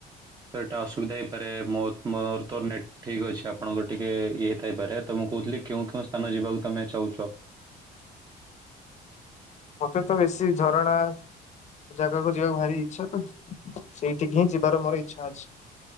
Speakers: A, on the right; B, on the left.
A: ତ ଏଇଟା ଅସୁବିଧା ହେଇପାରେ ମୋ ମୋର ତ ନେଟ୍ ଠିକ୍ଅଛି ଆପଣଙ୍କର ଟିକେ ଇଏଥାଇପାରେ ତ ମୁଁ କହୁଥିଲି କେଉଁ ସ୍ଥାନ ଯିବାକୁ ତମେ ଚାହୁଁଚ?
B: ମତେ ତ ବେଶୀ ଝରଣା ଜାଗାକୁ ଯିବାକୁ ଭାରି ଇଚ୍ଛା ତ ସେଇଠିକି ହିଁ ଯିବାର ମୋର ଇଚ୍ଛା ଅଛି।